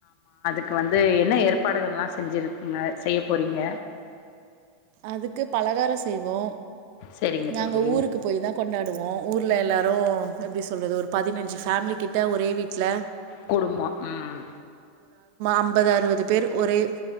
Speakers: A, on the left (about 45°); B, on the right (about 45°).
A: க்கு வந்து என்ன ஏற்பாடுகல்லா செஞ்சிருக்கீங்க செய்ய போறீங்க.
B: அதுக்கு பலகார செய்வோ
A: செரிங்க
B: நாங்க
A: தோழி
B: ஊருக்கு போய்தா கொண்டாடுவோ ஊர்ல, எல்லாரு எப்டி சொல்றது ஒரு பதினஞ்சு பேமிலிக்கிட்ட ஒரே வீட்ல.
A: குடும்போ உம்.
B: அம்பது அறுபது பேர் ஒரே.